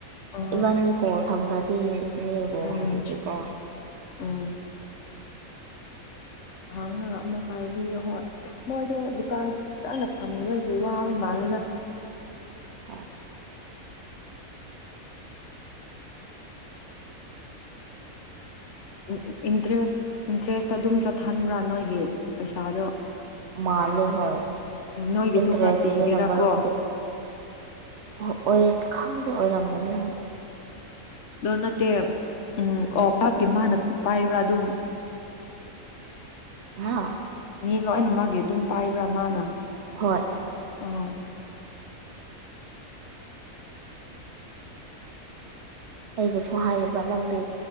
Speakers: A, on the left; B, on the right.
A: ꯑꯣ
B: ꯏꯕꯥꯅꯤ ꯀꯣꯜ ꯊꯝꯈ꯭ꯔꯗꯤꯅꯦ ꯏꯕ
A: ꯎꯝ
B: ꯍꯕꯤꯒꯦꯀꯣ
A: ꯎꯝ ꯅꯍꯪꯅ ꯑꯃꯨꯛ ꯀꯥꯏꯕꯤꯌꯣ ꯍꯣꯏ ꯑꯁ ꯃꯣꯏꯗꯣ ꯗꯨꯀꯥꯟ ꯆꯥꯅ ꯐꯝ ꯌꯦꯕ ꯃꯥꯂꯦꯒ
B: ꯍꯣꯏ
A: ꯎ ꯏꯟꯇꯔꯦꯁ ꯏꯟꯇꯔꯦꯁ ꯑꯗꯨꯝ ꯆꯠꯍꯟꯕ꯭ꯔꯥ ꯅꯣꯏꯒꯤ ꯄꯩꯁꯥꯗꯣ
B: ꯃꯥꯂꯦ ꯍꯣꯏ
A: ꯅꯣꯏꯒꯤꯁꯨ
B: ꯏꯟꯇꯔꯦꯁꯅꯤ
A: ꯈꯔ ꯄꯤꯒꯦꯔꯥꯀꯣ
B: ꯅꯝꯕꯔ ꯎ ꯑꯣꯏꯔ ꯈꯪꯗꯦ ꯑꯣꯏꯔꯝꯃꯅꯤ
A: ꯗꯣꯅꯠꯇ ꯎꯝ ꯑꯣꯐ ꯄꯥꯞꯀꯤ ꯃꯥꯅ ꯄꯥꯏꯕ꯭ꯔꯥ ꯑꯗꯨꯝ
B: ꯍꯥ
A: ꯃꯤ ꯂꯣꯏꯅ ꯃꯥꯒꯤ ꯑꯗꯨꯝ ꯄꯥꯏꯕ꯭ꯔꯥ ꯃꯥꯅ
B: ꯍꯣꯏ
A: ꯎꯝ
B: ꯑꯩꯕꯨꯁꯨ ꯍꯥꯏꯌꯦꯕ ꯅꯪꯗꯤ